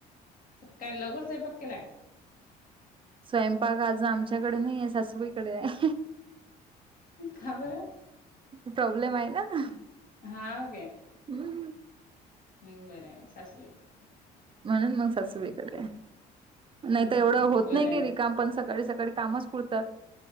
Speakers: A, on the left; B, on the right.
A: आज काय लवकरच स्वयंपाक केलाय काय.
B: स्वयंपाक आज आमच्याकडे नाही आहे सासूबाईकडे आहे.
A: का बरं
B: प्रॉब्लेम आहे ना ग.
A: हाव
B: हम्म.
A: हम् बरं हाय सासू करतात.
B: म्हणून मग सासुबाईंकडे नाही
A: हम्म
B: तर एवढं होत
A: बरं
B: नाही
A: आहे
B: कधी. का पण सकाळी सकाळी कामच कररतात.